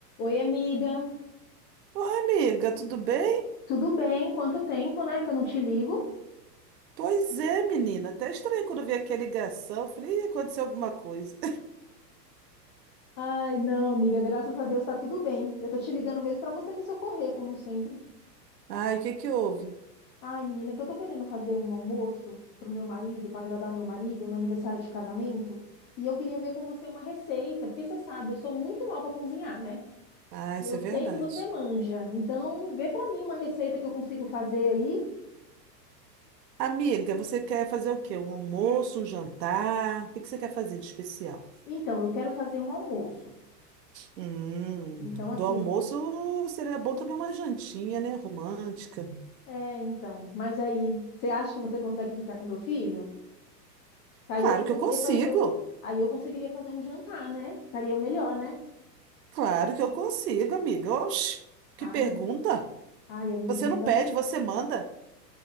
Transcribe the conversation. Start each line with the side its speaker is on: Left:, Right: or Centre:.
Left: Oi, amiga.
Right: Oi, amiga, tudo bem?
Left: Tudo bem? Quanto tempo, né, que eu não te ligo?
Right: Pois é, menina. Até estranhei quando eu vi aquela ligação. Eu Falei, "Ih, aconteceu alguma coisa.
Left: Ai, não, amiga, graças a Deus tá tudo bem. Eu tô te ligando mesmo pra você me socorrer, como sempre.
Right: <laughs> Ai, o que que houve?
Left: Ai, menina, é que eu tô querendo fazer um almoço pro meu marido, pra agradar meu marido no aniversário de casamento, e eu queria ver com você uma receita, porque você sabe, eu sou muito mal pra cozinhar, né?
Right: Ah,
Left: E
Right: isso
Left: eu
Right: é verdade.
Left: sei que você manja. Então, vê pra mim uma receita que eu consigo fazer aí.
Right: Amiga, você quer fazer o quê? Um almoço, um jantar? O que que você quer fazer de especial?
Left: Então, eu quero fazer um almoço.
Right: Hum,
Left: Então, assim,
Right: do almoço seria bom também uma jantinha, né? Romântica.
Left: É, então. Mas aí, você acha que você consegue ficar com meu filho? Que aí
Right: Claro
Left: eu conseguiria
Right: que eu consigo.
Left: fazer. Aí eu conseguiria fazer um jantar, né? Ficaria melhor, né?
Right: Claro que eu consigo, amiga. Oxi, que
Left: Ai,
Right: pergunta.
Left: ai, amiga,
Right: Você
Left: então.
Right: não pede, você manda.